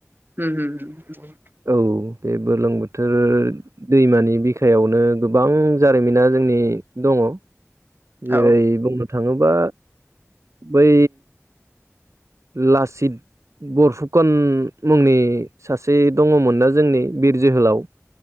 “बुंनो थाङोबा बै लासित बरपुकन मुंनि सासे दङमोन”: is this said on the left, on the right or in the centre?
Right